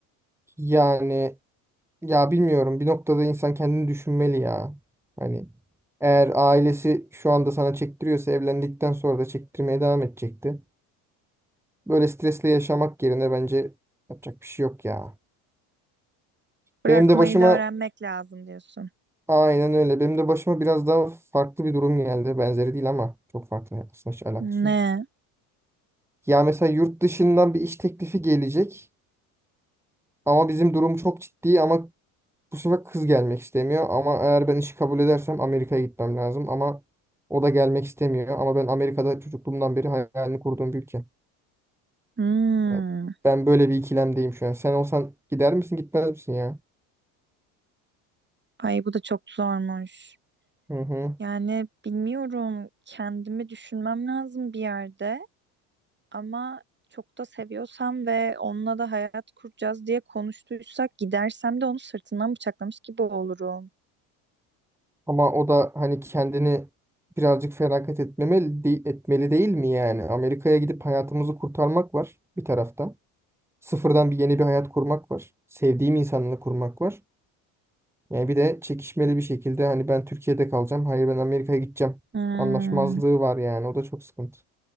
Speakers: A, in the centre; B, on the right.
A: Yani ya bilmiyorum bir noktada insan kendini düşünmeli ya. Hani Eğer ailesi şu anda sana çektiriyorsa evlendikten sonra da çektirmeye devam edecekti. Böyle stresle yaşamak yerine bence yapacak bir şey yok ya.
B: Bırakmayı
A: Benim de başıma
B: da öğrenmek lazım diyorsun.
A: aynen öyle. Benim de başıma biraz daha farklı bir durum geldi. Benzeri değil ama çok farklı aslında hiç alakası
B: Ne?
A: yok. Ya mesela yurt dışından bir iş teklifi gelecek ama bizim durum çok ciddi ama bu sefer kız gelmek istemiyor. Ama eğer ben işi kabul edersem Amerika'ya gitmem lazım ama o da gelmek istemiyor. Ama ben Amerika'da çocukluğumdan beri hayalini kurduğum bir ülke.
B: Hmm.
A: Ya Ben böyle bir ikilemdeyim şu an. Sen olsan gider misin gitmez misin ya?
B: Ay bu da çok zormuş.
A: Hı hı.
B: Yani bilmiyorum kendimi düşünmem lazım bir yerde ama çok da seviyorsam ve onunla da hayat kuracağız diye konuştuysak gidersem de onu sırtından bıçaklamış gibi olurum.
A: Ama o da hani kendini birazcık feragat etmemeli, de- etmeli değil mi yani? Amerika'ya gidip hayatımızı kurtarmak var bir tarafta. Sıfırdan bir yeni bir hayat kurmak var. Sevdiğim insanla kurmak var. Yani bir de çekişmeli bir şekilde hani ben Türkiye'de kalacağım. Hayır ben Amerika'ya gideceğim.
B: Hmm,
A: Anlaşmazlığı var yani. O da çok sıkıntı.